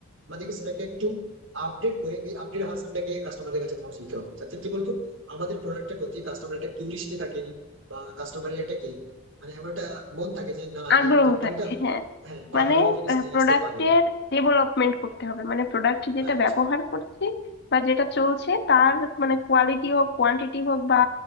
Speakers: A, on the right (about 70°); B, on the left (about 55°).
A: আমাদেরকে সেটাকে একটু আপডেট করে ওই আপডেট ভার্সনটাকে কাস্টমারদের কাছে পৌঁছে দিতে হবে যাতে কি বলতো আমাদের প্রোডাক্টের প্রতি কাস্টমার একটা কিউরিয়াসিটি থাকে বা কাস্টমারের একটা কি মানে এমন একটা মন থাকে যে না
B: আগ্রহ
A: এই কোম্পানিটা
B: থাকে হ্যাঁ
A: হ্যাঁ ভালো
B: মানে
A: ভালো জিনিস নিয়ে
B: প্রোডাক্টের
A: আসতে পারে
B: ডেভেলপমেন্ট করতে হবে মানে প্রোডাক্ট যেটা
A: রাইট
B: ব্যবহার করছি বা যেটা চলছে তার মানে কোয়ালিটি হোক কোয়ান্টিটি হোক বা